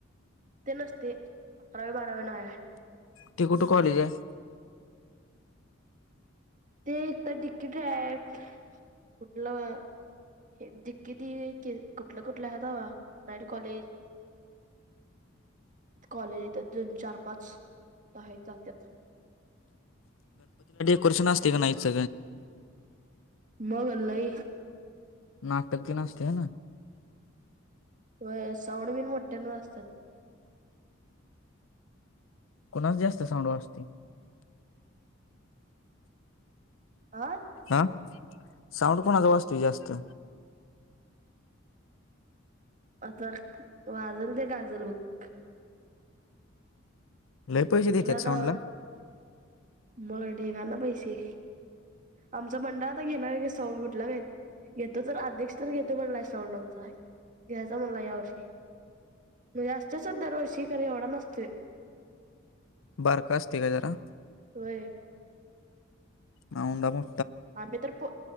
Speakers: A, on the right; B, on the left.
A: ते नसते अकरावी बारावी ना
B: त कुठे कॉलेज आहे
A: ते इथ तिकीट आहे कुठलं हे दििक्की त कुठलं कुठल्या आहातवा करी कॉलेज कॉलेज येतात दोन चार पाच त जातात
B: र्ष असते का नाहीज
A: मगलई
B: नाटक दि न असते ह ना
A: व साऊड बिन मोठ्याना असतात
B: कुणाच जास्त साऊंड वाशते
A: आं
B: हा साऊंड कोणा वाचतोय जास्त
A: आता वाजल ते गाजल बघ
B: लय पैसे
A: कुठला
B: देत
A: आता
B: साऊंडला
A: मग ठठीक ना पैसे आमचा बंडा आता घेणार साऊंड कुठला घेत घेत तर आधेक्ष तर घेते म्हण साऊंड आमच घ्यायचा मला यावर्षी े जास्तच दरवर्षी घरी एवढा नसत
B: बारखस् आहे का जरा
A: हो
B: हा द म
A: आ म तरर